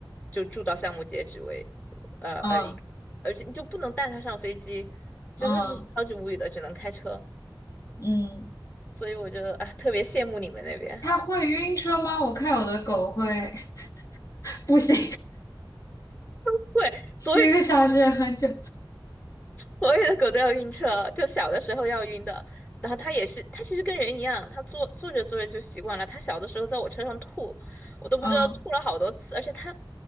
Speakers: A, on the left; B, on the left.
A: 就住到项目截止为，呃而已，
B: 嗯
A: 而且你就不能带它上飞机，真的是超级无语的，
B: 嗯
A: 只能开车，
B: 嗯，
A: 所以我觉得啊特别羡慕你们那边，
B: 它会晕车吗？我看有的狗会，<laughs> 不行，
A: <laughs> 对，
B: <laughs>
A: 所以。
B: 七个小时也很久。
A: 所有的狗都要晕车，就小的时候要晕的。然后它也是，它其实跟人一样，它坐坐着坐着就习惯了。它小的时候在我车上吐，我都不知道吐了好多次。
B: 嗯
A: 而且它，